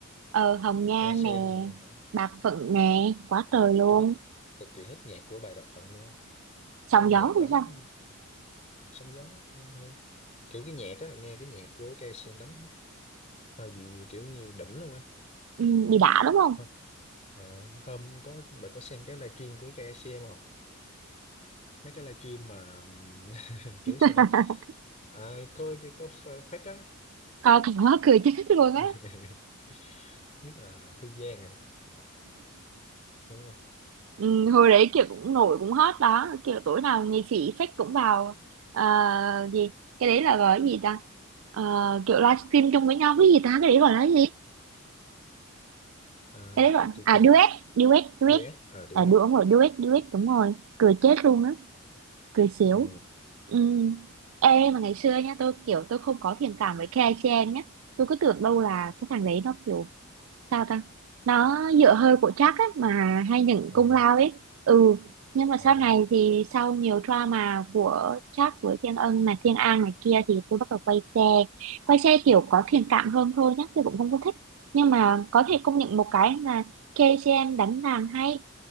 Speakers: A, on the right; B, on the left.
A: ờ hồng nhan
B: KCM
A: nè
B: phận-
A: bạc phận nè quá
B: ờ,
A: trời luôn
B: tôi thích cực kỳ thích nhạc của bài Bạc Phận luôn á
A: sóng
B: cái
A: gió
B: nhạc
A: thì
B: đánh
A: sao
B: sóng gió hay kiểu cái nhạc á nghe cái nhạc của ca xê em đánh hơi bị kiểu như đỉnh luôn á
A: ừ, bị đã đúng không
B: Ờ, à, hôm có bạn có xem cái livestream của ca xê em không mấy cái livestream mà ừm, <laughs> kiểu sao
A: <laughs>
B: ta à, có có, có phát á
A: coi cái đó cười chết luôn
B: <laughs>
A: á
B: nhất là Hương Giang à, à đúng
A: ừ, hồi đấy kiểu cũng nổi cũng hot đó kiểu tối nào nghệ sĩ fake cũng vào ờ, gì cái đấy là gọi là gì ta Ờ, kiểu livestream chung với nhau cái gì ta cái đấy gọi là gì
B: à,
A: cái đấy gọi
B: tôi
A: à
B: có
A: duet duet duet
B: duet à duet
A: là đúng rồi duet duet đúng rồi cười chết luôn á cười xỉu
B: ừ.
A: ừ. ê mà ngày xưa nhá tôi kiểu tôi không có thiện cảm với KCN nhá tôi cứ tưởng đâu là cái thằng đấy nó kiểu sao ta nó dựa hơi của Jack á mà hay những
B: à,
A: công lao ấy ừ nhưng mà sau
B: à,
A: này thì sau nhiều drama của Jack với Thiên Ân này Thiên An này kia thì tôi bắt đầu quay xe quay xe kiểu có thiện cảm hơn thôi nhá tôi cũng không có thích nhưng mà có
B: ừ,
A: thể công
B: ừ.
A: nhận một cái là KCM đánh đàn hay